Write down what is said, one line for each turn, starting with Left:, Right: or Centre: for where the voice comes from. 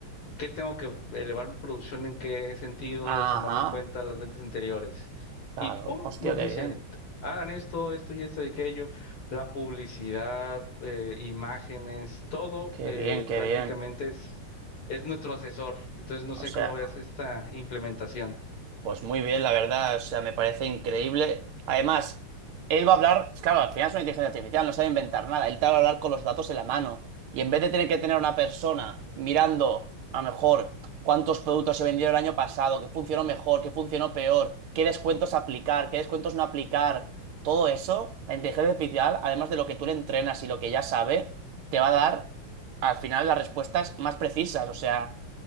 Left: ¿Qué tengo que elevar mi producción en qué sentido,
Right: ajá,
Left: tomando en cuenta las ventas anteriores?
Right: claro,
Left: Y pum,
Right: hostia,
Left: nos dice,
Right: qué bien,
Left: hagan esto, esto y esto y aquello, la publicidad, eh, imágenes, todo
Right: qué
Left: eh,
Right: bien, qué
Left: prácticamente
Right: bien.
Left: es, es nuestro asesor. Entonces no sé
Right: O sea,
Left: cómo ves esta implementación.
Right: Pues muy bien, la verdad, o sea, me parece increíble. Además, él va a hablar, claro, al final es una inteligencia artificial, no sabe inventar nada, él te va a hablar con los datos en la mano. Y en vez de tener que tener a una persona mirando, a lo mejor, cuántos productos se vendieron el año pasado, qué funcionó mejor, qué funcionó peor, qué descuentos aplicar, qué descuentos no aplicar, todo eso, la inteligencia artificial, además de lo que tú le entrenas y lo que ya sabe, te va a dar, al final, las respuestas más precisas. O sea